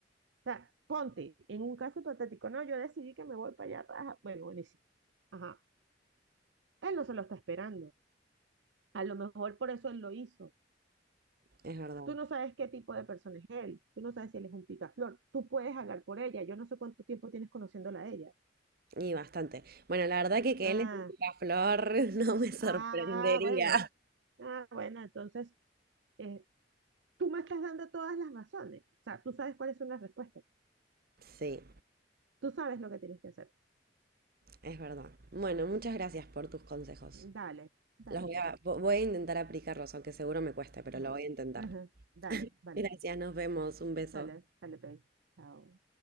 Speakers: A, on the right; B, on the right.
A: O sea, ponte, en un caso hipotético, no, yo decidí que me voy para allá, para... bueno, buenísimo. Ajá, él no se lo está esperando. A lo mejor por eso él lo hizo
B: es verdad.
A: Tú no sabes qué tipo de persona es él, tú no sabes si él es un picaflor, tú puedes hablar por ella, yo no sé cuánto tiempo tienes conociéndola a ella.
B: Y bastante. Bueno, la verdad que que
A: Ah,
B: él es un picaflor <laughs> no me sorprendería.
A: ah, bueno, ah, bueno, entonces eh, tú me estás dando todas las razones, o sea, tú sabes cuáles son las respuestas,
B: Sí,
A: tú sabes lo que tienes que hacer.
B: es verdad. Bueno, muchas gracias por tus consejos.
A: Dale, dale,
B: Los voy
A: pues,
B: a, vo- voy a intentar aplicarlos, aunque seguro me cueste, pero
A: no.
B: lo voy a intentar.
A: Ajá, Dale, vale,
B: Gracias, nos vemos. Un beso.
A: dale, dale, pues, chao.